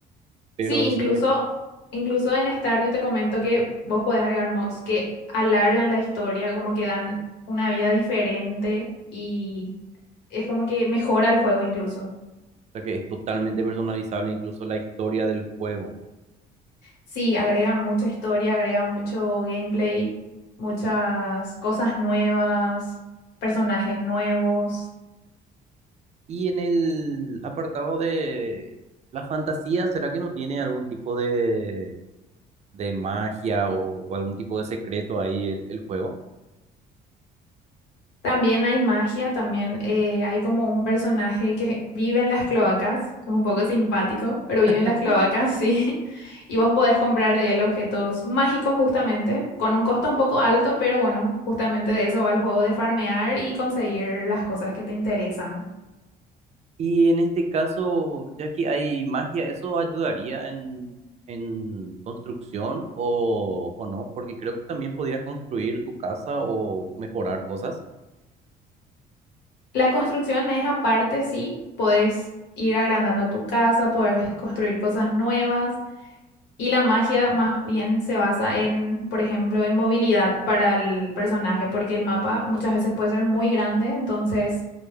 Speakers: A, on the right (about 40°); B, on the left (about 90°).
A: Pero
B: Sí, incluso,
A: si
B: incluso en Stario te comento que vos podés agregar mods que alargan la historia, como que dan una vida diferente y es como que mejora el juego incluso.
A: sea que es totalmente personalizable incluso la historia del juego.
B: Sí, agrega mucha historia, agrega mucho gameplay, muchas cosas nuevas, personajes nuevos.
A: Y en el apartado de la fantasía, ¿será que no tiene algún tipo de, de magia o, o algún tipo de secreto ahí el, el juego?
B: También hay magia, también eh, hay como un personaje que vive en las cloacas, es un poco simpático, pero vive
A: <laughs>
B: en las cloacas, <laughs> sí. Y vos podés comprar de él objetos mágicos justamente, con un costo un poco alto, pero bueno, justamente de eso va el juego de farmear y conseguir las cosas que te interesan.
A: Y en este caso, ya que hay magia, ¿eso ayudaría en, en construcción o, o no? Porque creo que también podías construir tu casa o mejorar cosas.
B: La construcción es aparte, sí, podés ir agrandando tu casa, podés construir cosas nuevas. Y la magia más bien se basa en, por ejemplo, en movilidad para el personaje, porque el mapa muchas veces puede ser muy grande, entonces